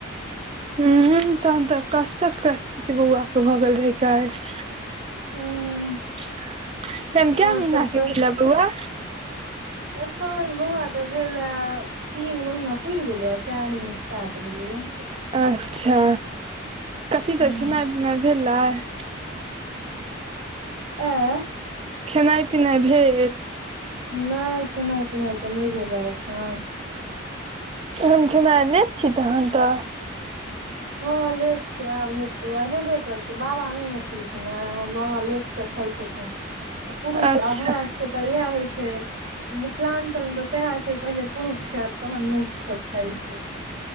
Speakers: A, on the right; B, on the right.
A: हम्म तहन तऽ कष्टक-कष्ट से बौआ क भऽ गेल रहैं काल्हि।
B: ह
A: एखन
B: और
A: कै महीना
B: सब
A: के
B: कह
A: भेल ऐं बौआ।
B: एखन बौआ तऽ भेलए, तीन महीना पूरि गेलै आय। चारिम स्टार्ट भेलै यैं।
A: अच्छा कथी
B: हूँ
A: सब खेनाइ-पिनाइ भेलय।
B: ऐं
A: खेनाइ पिनाइ भेल।
B: नहि खेनाइ-पिनाइ तऽ नहि भेलऽ एखन।
A: एखन खेनाइ लेट छी तहन तऽ।
B: हँ लेट छै आब हेतै-आब हेबे करतै, बाबा नहि न खेलखिन हैं बाबा लेट स खााय छथिन। पुरुष
A: अच्छा
B: आ हमरा सबके तऽ इएह होइत छै, मिथिलाञ्चलमे तऽ सैह छै। पहिले पुरुष खैत तहन मौगीसब खाइ छै,